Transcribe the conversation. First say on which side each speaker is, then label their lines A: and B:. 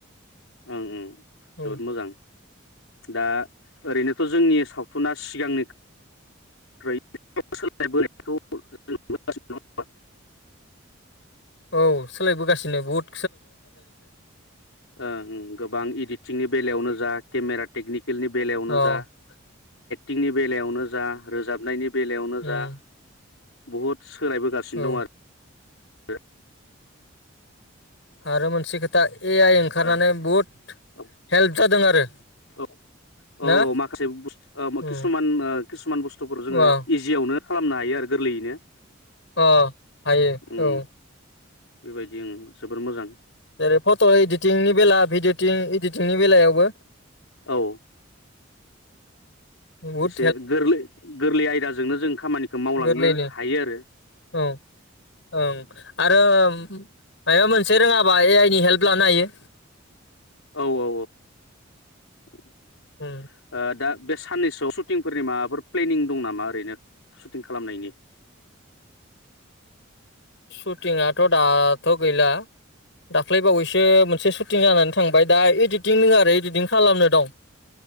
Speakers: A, on the left; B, on the left.
A: ओं उम जोबोद
B: औ
A: मोजां। दा ओरैनोथ जोंनि सावथुना सिगांनिफख्रुय सोलाय बोनायखौ नुबोगासिनो दं नङा होमबा?
B: औ सोलायबोगासिनो बुहुद।
A: ओं गोबां इदिटिंनि बेलायावनो जा केमेरा टेकनिक सिकेलनि बेलायावनो
B: अ औ
A: जा थिंनि बेलायावनो जा रोजाबनायनि बेलायावनो
B: उम
A: जा बुहुद सोलायबोगासिनो
B: औ
A: दं आरो। <unintelligible>
B: आरो मोनसे खोथा ए आइ ओंखारनानै
A: आरो
B: बुहुद
A: औ
B: हेल्प जादों आरो।
A: औ औ
B: ना
A: औ माखासे बुस्थुफोर
B: उम
A: किसुमान किसुमान बुस्थुफोर जोङो
B: अ
A: इजियाव खौनो खालामनो हायो आरो गोरलैयैनो।
B: अ हायो
A: उम
B: औ।
A: बेबायदि ओं जोबोर मोजां।
B: जेरै फट' इदिटिंनि बेला भिडटिं इदिटिंनि बेलायावबो
A: औ।
B: बुहुद
A: एसे गोर्लै गोर्लै आयदा जोंनो जों खामानिखौ मावलांनो
B: गोर्लैयनो।
A: हायो आरो
B: औ ओं आरो ओम मायबा मोनसे रोङाबा ए आइ नि हेल्प लानो हायो।
A: औ औ <inaudible>
B: उम
A: ओ दा बे सान्नैसोआव सुटिंफोरनि माबाफोर प्लेनिं दं नामा ओरैनो सुटिं खालामनायनि?
B: सुटिंआथ दाथ गैला दाख्लैबावैसो मोनसे सुटिं जानानै थांबाय दा इदिटिं दोङो आरो इदिटिं खालामनो दं।